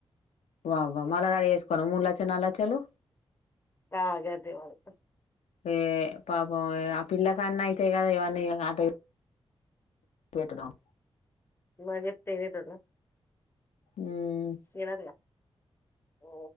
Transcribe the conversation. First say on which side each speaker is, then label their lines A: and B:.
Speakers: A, on the left; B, on the left.
A: వా వా మల్ల రడీ చేస్కోలా ముడ్ లచ్చలు నాల్ లచ్చలు
B: ఆ గంతే మరి
A: ఏ పాపం ఆ పిల్లకన్నా అయితాయి కదా ఇవ్వని ఆ టై కేట్ డం
B: ఎమైనా చెప్తే ఇనేటోడా
A: ఉమ్
B: ఇనడ్గా ఓ